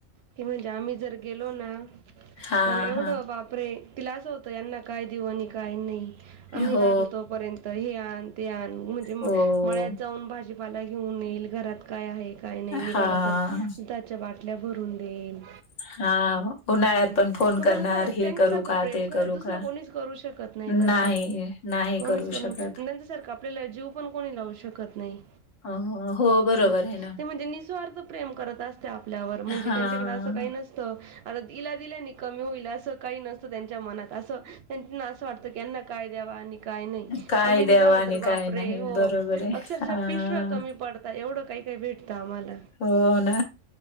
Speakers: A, on the right; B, on the left.
A: ती म्हणजे आम्ही जर गेलो ना
B: हां,
A: तर एवढं
B: हां.
A: बापरे. तिला असं होतं यांना काय देऊ आणि काय नाही, आम्ही
B: हो,
A: राहतो तोपर्यंत हे आन ते आण म्हणजे म-मळ्यात
B: हो.
A: जाऊन भाजीपाला घेऊन येईल घरात काय आहे. काही नाही
B: हां,
A: निघाल तर दुधाच्या बाटल्या भरून देईल.
B: हां. उन्हाळ्यात
A: म्हजे
B: फोन
A: तू
B: करणार,
A: पण खरंच
B: हे
A: त्यांच्यासारखं
B: करू का?
A: प्रेम
B: ते
A: खरंच
B: करू
A: दुसरं
B: का?
A: कोणीच करू शकत नाही बरका
B: नाही, नाही
A: कोणीच
B: करू
A: कोणी
B: शकत.
A: सारख आपल्याला जीव पण कोणी लावू शकत नाही.
B: अ, हो बरोबर
A: हूं
B: आहे ना.
A: ते म्हणजे निःस्वार्थ प्रेम करत असत्या आपल्यावर म्हणजे
B: हां,
A: त्यांच्याकडे असं काही नस तं आता इला दिल्यानं कमी होईल. अस काही नसतं त्यांच्या मनात, अस त्यांना असं वाटतं की यांना काय द्यावा आणि काय नही.
B: काय
A: आम्ही
B: द्यावं
A: निघालो
B: आणि
A: तर
B: काय
A: बापरे
B: नाही
A: हो
B: बरोबर आहे.
A: अक्षरशः
B: हां.
A: पिशव्या कमी पड ता एवढं काही काही भेटतं आम्हाला.
B: हो ना.